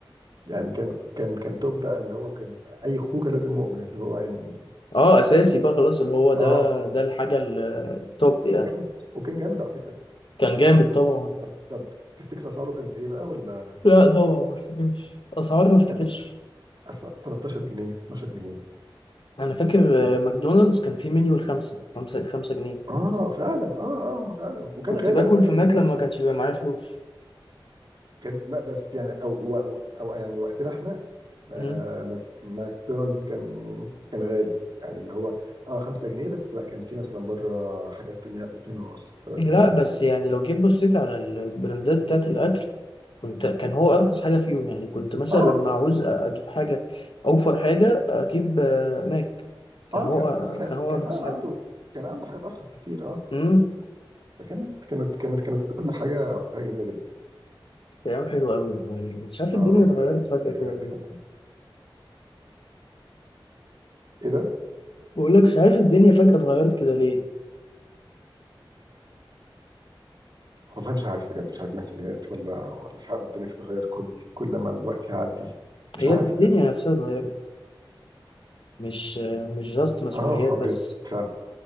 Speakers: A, on the right; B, on the left.
A: يعني كان كان كان توب بقى اللي هو كان اي خروجه لازم مؤمن اللي هو يعني
B: اه اساسي بقى خلاص اللي هو ده
A: اه
B: ده الحاجه التوب يعني
A: وكان وكان جامد على فكره
B: كان جامد
A: و...
B: طبعا
A: طب تفتكر اسعاره كانت ايه بقى ولا
B: لا طبعا ما افتكرش اسعار ما افتكرش
A: يعني أصل 13 جنيه 12 جنيه
B: انا فاكر
A: لا.
B: آه، ماكدونالدز كان فيه منيو الخمسه خمسه خمسه جنيه
A: اه فعلا اه اه فعلا وكان
B: كنت
A: غالي
B: باكل
A: على فكره
B: في
A: بالنسبه
B: ماك لما
A: لنا
B: ما كانش بيبقى معايا فلوس
A: كان لا بس يعني او او, أو يعني وقتنا احنا ما-
B: مم.
A: ما- ماكدونالدز كان كان غالي يعني اللي هو اه 5 جنيه بس لا كان في مثلا بره حاجات تانية ب 2 ونص 3
B: لا
A: جنيه
B: بس يعني لو جيت بصيت على البراندات بتاعت الاكل كنت كان هو ارخص حاجه فيهم يعني كنت مثلا
A: اه
B: لما عاوز أ- اجيب حاجه اوفر حاجه اجيب آه، ماك كان
A: اه
B: هو
A: كان كان
B: كان هو
A: كان
B: ارخص
A: فعلا
B: حاجه
A: عنده كان عنده حاجات ارخص بكتير اه
B: مم.
A: فكانت كانت كانت كانت كل حاجه وقتها جميله جدا
B: ايام حلوه قوي والله مش عارف الدنيا
A: اه
B: اتغيرت
A: بجد
B: فجاه
A: بجد
B: كده ليه
A: كان ايه ده
B: بقول لك مش عارف الدنيا فجاه اتغيرت كده ليه
A: والله مش عارف بجد مش عارف دي مسؤوليات ولا ولا فعلا الدنيا بتتغير كل كل ما الوقت يعدي مش
B: هي
A: عارف
B: الدنيا
A: بجد
B: نفسها اتغيرت مش مش جاست مسؤوليات
A: اه اه
B: بس
A: بجد فعلا